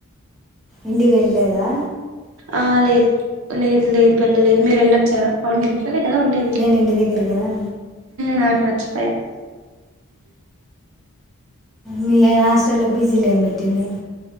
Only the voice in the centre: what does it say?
ఇంటికి వెళ్ళేలేదా.
నేను ఇంటి దగ్గర కదా
మీ హాస్టల్లో పీజీలో ఏం పెట్టిడి